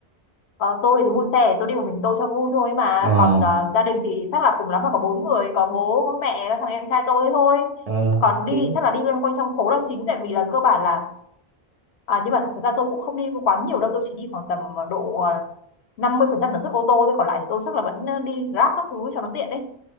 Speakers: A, on the left; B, on the right.
A: ờ, tôi thì tôi mua xe tôi đi một mình tôi cho vui thôi mà
B: Ờ
A: còn ờ, gia đình thì chắc là cùng lắm là có bốn người có bố có mẹ có thằng em trai tôi ấy thôi
B: ờ
A: còn đi
B: thứ-
A: chắc là đi loanh quanh trong phố là chính tại vì là cơ bản là à, nhưng mà thật ra tôi cũng không đi quá nhiều đâu tôi chỉ đi khoảng tầm ờ, độ ờ, năm mươi phần trăm tần suất ô tô thôi còn lại thì tôi chắc là vẫn ờ, đi Grab các thứ cho nó tiện đấy